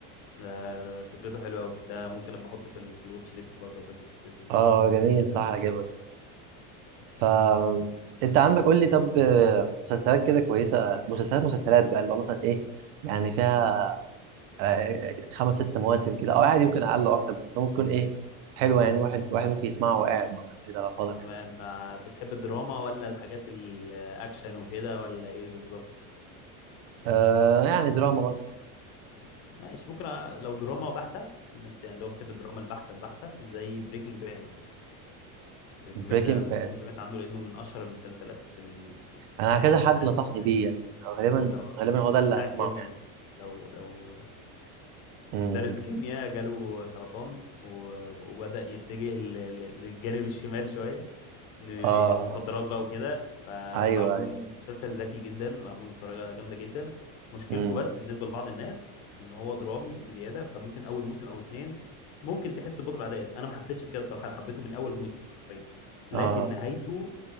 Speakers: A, on the left; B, on the right.
A: ده فكرته حلوه قوي ده ممكن ابقى احطه في ال... في الواتش ليست برضه ابقى اشوفه باذن الله
B: اه جميل صح عجبك
A: طب كويس
B: ف انت عندك قول لي طب آه، مسلسلات كده كويسه مسلسلات مسلسلات بقى اللي هو مثلا ايه يعني فيها آه، خمس ست مواسم كده او عادي يمكن اقل او
A: اه
B: اكتر بس ممكن ايه حلوه يعني واحد واحد ممكن يسمعها وقاعد مثلا كده لو فاضي
A: تمام آه، بتحب الدراما ولا الحاجات الاكشن وكده ولا ايه بالظبط
B: آه يعني دراما مثلا
A: ماشي ممكن أ- لو دراما بحتة في ناس يعني لو بتحب الدراما البحتة البحتة زي بريكنج باد بريكنج
B: بريكنج
A: باد ده ممكن
B: باد
A: تكون سمعت عنه لأنه من أشهر المسلسلات في ال- في ال- في
B: انا
A: ال-
B: كذا
A: في
B: حد
A: العالم
B: نصحني
A: نزل
B: بيه يعني غالبا
A: اللي هو
B: غالبا هو
A: بتاع
B: ده اللي هسمعه
A: الكيمياء
B: يعني
A: لو لو مدرس
B: امم
A: كيمياء جاله سرطان و- وبدأ يتجه لل- لل- للجانب الشمال شوية إن المخدرات
B: اه
A: بقى وكده فمعمول
B: ايوه ايوه
A: مسلسل ذكي جدا معمول بطريقة جامدة جدا مشكلته
B: امم
A: بس بالنسبة لبعض الناس ان هو درامي زيادة فممكن اول موسم او اتنين ممكن تحس ببطء في الاحداث انا ما حسيتش بكده الصراحة انا حبيته من اول موسم حرفيا لكن
B: اه
A: نهايته